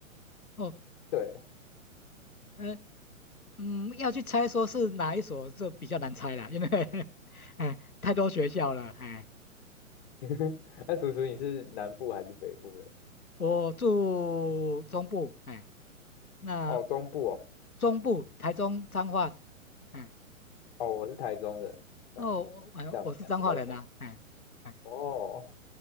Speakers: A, on the left (about 90°); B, on the left (about 35°).
A: 哦，
B: 对，
A: 呃，嗯，要去猜说是哪一所，这比较难猜啦，因为 <laughs> 哎太多学校了，哎，
B: <laughs> 那叔叔你是南部还是北部人？
A: 我住中部，哎，那
B: 哦，中部哦。
A: 中部台中彰化，哎，
B: 哦，我是台中人，但
A: 哦，我哎我是彰化人啊，
B: 但我现在不在台中。
A: 哎哎
B: 哦，